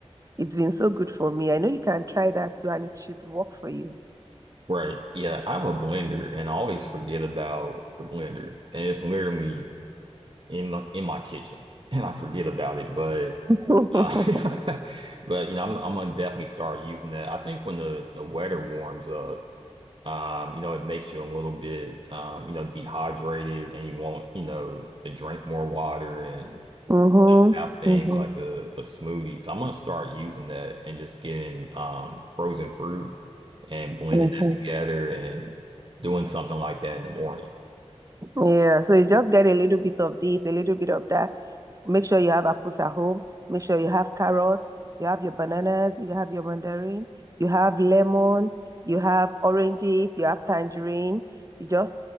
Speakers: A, on the right; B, on the right.
A: it's been so good for me. I know you can try that too, and it should work for you.
B: Right. Yeah. I have a blender and I always forget about the blender. And it's literally in my, in my kitchen <laughs> and I forget about it. But
A: <laughs> mm-hmm,
B: uh, <laughs> but you know, I'm I'm gonna definitely start using that. I think when the the weather warms up, Um, you know, it makes you a little bit, um, you know, dehydrated and you want, you know, to drink more water and
A: mm-hmm,
B: have things like a, a smoothie. So I'm gonna start using that and just getting um frozen fruit and blending
A: mm-hmm.
B: that together and doing something like that in the morning.
A: Yeah, so you just get a little bit of this, a little bit of that. Make sure you have apples at home. Make sure you have carrots, you have your bananas, you have your mandarin, you have lemon, you have oranges, you have tangerine. You just,